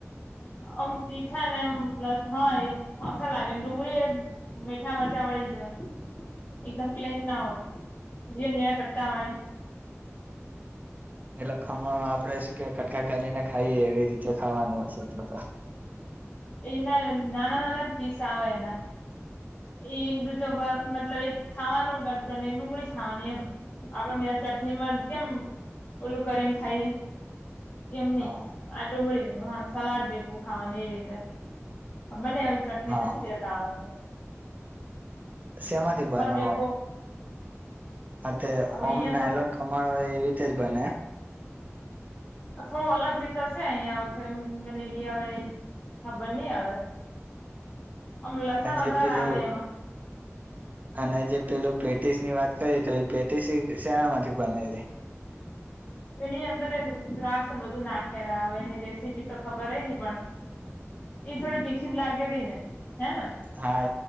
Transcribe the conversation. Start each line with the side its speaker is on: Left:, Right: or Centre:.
Left: અમ તીખા ને એમ લસ હોય એ અખર લાગેને ડુંગળી એ મીઠા મરચાં વાડી જ હોય એકદમ પ્લેન ના હોય જીણી જીણી કટકાવાની
Right: એટલે ખમણ આપડે શું કે કટકા કરીને ખાઈએ એવી રીતે ખાવાનું હશે તો
Left: એના નાના નાના દિસ આવે એના એ એક દીજો મતલબ એક ખાવાનો ગક અને ડુંગળી ખાવાની એમ આપડે મે ચટણીમાં કેમ ઓલું કરી ખાઈએ એમ
Right: હા
Left: નહી આ ડુંગળી ભેગું હા સલાડ ભેગું ખાવાનુ એવી રીતે બને ચટણી
Right: હા
Left: નથી દેતા આવેને
Right: શેમાંથી બનાવ
Left: ભેગું
Right: આ થે
Left: હવે
Right: ઓમ
Left: અહિયાં
Right: નાયલોન
Left: તો
Right: ખમણ હોય એવી રીતે જ બને
Left: થોડું અલગ રીતશે અહીયાંખ બનેરિયા હો ખબર નહિ હવે આમ લસણ
Right: અને
Left: વધારે
Right: જે પેલું
Left: આવે એમાં
Right: અને જે પેલું પટિશ ની વાત કરીએ તો એ પેટિશ સેના માંથી બનેલી
Left: એની અંદર દ્રાક્ષ બધું નાખેલા આવે એની રેસીપી તો ખબર હય ની પણ <inaudible> તીખી
Right: હમ
Left: જ લાગે તી ને હે ને
Right: હા